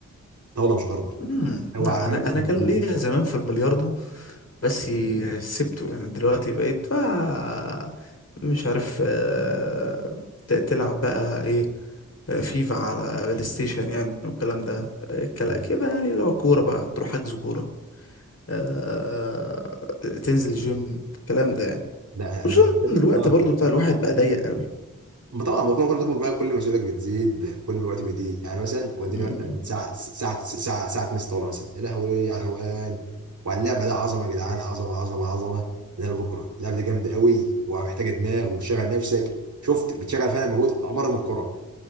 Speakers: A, on the right; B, on the left.
A: طاوله مش ارضي
B: امم
A: او
B: لا
A: على الروقان
B: انا انا كان ليا
A: يا
B: زمان في البلياردو بس سبته يعني دلوقتي بقيت بقى مش عارف آه، ت- تلعب بقى ايه آه، فيفا على بلاي ستيشن يعني والكلام ده آه، الكلام
A: جماعه
B: كده يعني لو كورة بقى تروح حجز كورة آه، تنزل جيم الكلام ده يعني
A: لا
B: خصوصا
A: انا بالنسبه لي
B: ان الوقت
A: اه
B: برضو بتاع الواحد بقى ضيق قوي
A: ما طبعا ما كل ما كنت بتكبر بقى كل مسؤوليتك بتزيد كل ما الوقت بيضيق يعني مثلا وديني
B: مم.
A: مثلا ساعه ساعه ساعه ساعه تنس طاوله مثلا يا لهوي على الروقان وعلى اللعبه ده عظمه يا جدعان عظمه عظمه عظمه من بكره اللعبه دي جامده قوي ومحتاجه دماغ وبتشغل نفسك شفت بتشغل فعلا مجهود امر من الكره